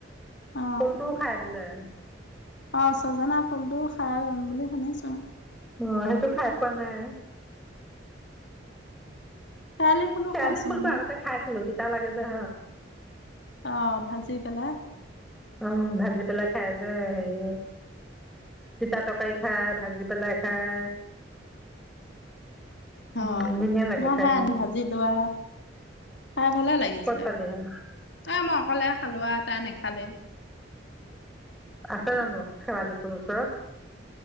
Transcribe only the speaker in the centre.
ফুলটোও খাই বোলে
অ সেইটো খাই পোৱা নাই ।
শেৱালি
ফুলটো
আগতে খাইছিলোঁ! তিতা লাগে যে
অ ভাজি পেলাই খাই যে হেৰি তিতা তৰকাৰী খায়, ভাজি পেলাই খাই উম
ধুনীয়া লাগে
কিন্তু
ক'ত পালি হা
আছে জানো শেৱালি ফুল ওচৰত ।